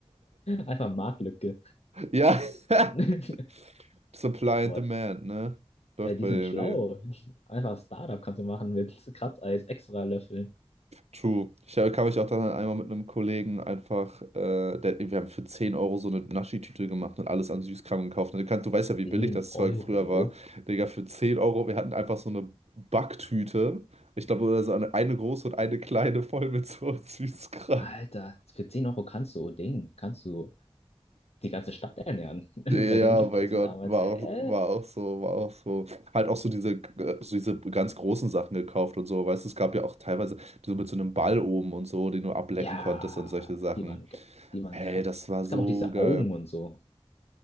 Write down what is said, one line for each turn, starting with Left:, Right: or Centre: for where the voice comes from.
Left: Einfach Marktlücke.
Right: Ja, <laughs>
Left: <laughs>
Right: Supply
Left: What?
Right: and Demand, ne? Läuft
Left: Äh, die
Right: bei
Left: sind
Right: dem,
Left: schlau.
Right: Digga.
Left: Einfach Startup kannst du machen mit Kratzeis, extra Löffeln.
Right: True. Ich kam mich auch dann einmal mit einem Kollegen einfach, äh, der, wir haben für 10 Euro so eine Naschi-Tüte gemacht und alles an Süßkram gekauft. Und du, kannst, du weißt ja, wie
Left: zehn
Right: billig das
Left: Euro?
Right: Zeug früher war. Digga, für 10 Euro, wir hatten einfach so eine Backtüte. Ich glaube, oder so eine, eine große und eine kleine voll mit so <laughs> Süßkram.
Left: Alter, für zehn Euro kannst du, oh Ding, kannst du die ganze Stadt ernähren. <laughs>
Right: Ja, ja,
Left: Bei
Right: ja,
Left: den Preisen
Right: oh mein Gott,
Left: damals.
Right: war
Left: Hä?
Right: auch, war auch so, war auch so. Halt auch so diese, äh, so diese ganz großen Sachen gekauft und so, weißt du, es gab ja auch teilweise so mit so einem Ball oben und so, den du ablecken
Left: Ja,
Right: konntest und solche Sachen.
Left: die waren, ge- die waren
Right: Ey,
Left: krass.
Right: das war
Left: Es
Right: so
Left: gab auch diese
Right: geil.
Left: Augen und so.